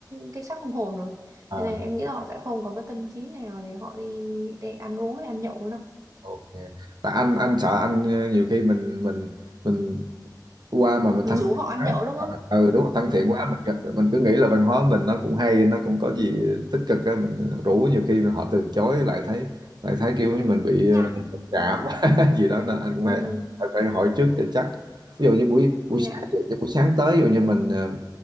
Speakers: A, on the right (about 50°); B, on the right (about 70°).
A: cái xác không hồn rồi.
B: à,
A: Cho nên em nghĩ là họ sẽ không có cái tâm trí nào để họ đi để ăn uống hay ăn nhậu nữa đâu.
B: ok. Tại anh anh sợ anh ờ, nhiều khi mình mình mình qua mà mình
A: Mình
B: thân
A: rủ
B: thiện
A: họ ăn
B: quá
A: nhậu đúng không?
B: Ờ, ừ đúng rồi, thân thiện
A: Ừ,
B: quá mình cứ- mình cứ nghĩ là văn hóa mình nó cũng hay nó cũng có gì tích cực á mình rủ nhiều khi họ từ chối lại thấy lại thấy kiểu như mình bị
A: ngại.
B: ờ, mặc cảm
A: Ừ.
B: <laughs> gì đó nên anh cũng
A: Ừ.
B: phải phải hỏi trước cho chắc ví dụ như buổi
A: Dạ.
B: buổi sáng ví dụ như buổi sáng tới ví dụ như mình ờ,